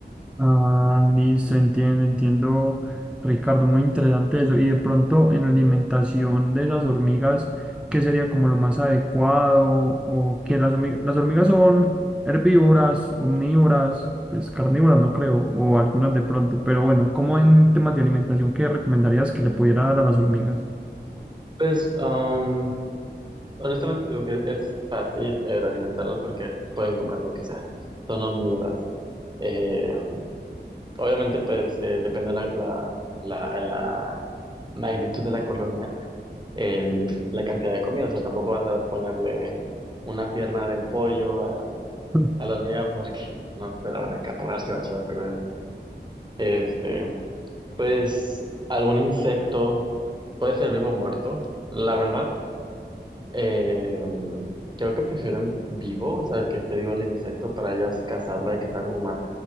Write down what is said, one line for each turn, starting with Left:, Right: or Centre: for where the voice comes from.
Centre: Ah, listo, entiendo, entiendo, Ricardo, muy interesante eso. Y de pronto en la alimentación de las hormigas, ¿qué sería como lo más adecuado? O que las hormigas, las hormigas son herbívoras, omnívoras, pues carnívoras no creo, o algunas de pronto. Pero bueno, ¿cómo en temas de alimentación, qué recomendarías que le pudiera dar a las hormigas?
Right: Pues, um, honestamente digo que es fácil el alimentarlas porque pueden comer lo que sea, son omnívoras. Eh, obviamente, pues, eh, depende la, la, la, la magnitud de la colonia, el- la cantidad de comida, o sea, tampoco vas a ponerle una pierna de pollo a
Centre: <laughs>
Right: la mía porque <laughs> no se la van a acabar si va a echar a perder. Este, pues algún insecto, puede ser vivo o muerto. La verdad, eh, creo que prefieren vivo, o sea, el que esté vivo el insecto para ellas cazarla y que sea como más